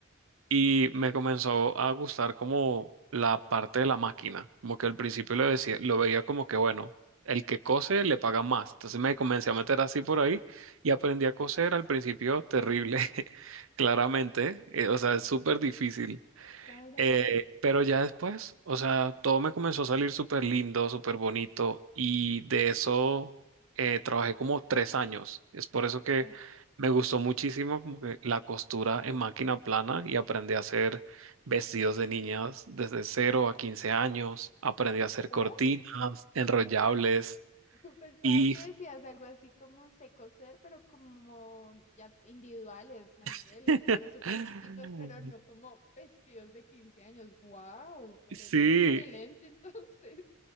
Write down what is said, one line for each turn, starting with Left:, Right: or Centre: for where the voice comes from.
Right: Y me comenzó a gustar como la parte de la máquina, como que al principio lo decía, lo veía como que bueno, el que cose le paga más. Entonces me comencé a meter así por ahí y aprendí a coser al principio terrible, <laughs> claramente, eh, o sea, es súper difícil.
Left: claro.
Right: Eh, pero ya después, o sea, todo me comenzó a salir súper lindo, súper bonito y de eso eh, trabajé como tres años. Es por eso que
Left: Eh,
Right: me gustó muchísimo como que la costura en máquina plana y aprendí a hacer vestidos de niñas desde cero a 15 años. Aprendí a hacer
Left: What?
Right: cortinas, enrollables
Left: Yo Pensaba
Right: y...
Left: que decías algo así como sé coser, pero como ya s- individuales, manteles,
Right: <laughs>
Left: cosas súper chiquitas, pero no como vestidos de 15 años. Wow, pero
Right: Sí,
Left: eres excelente <laughs> entonces.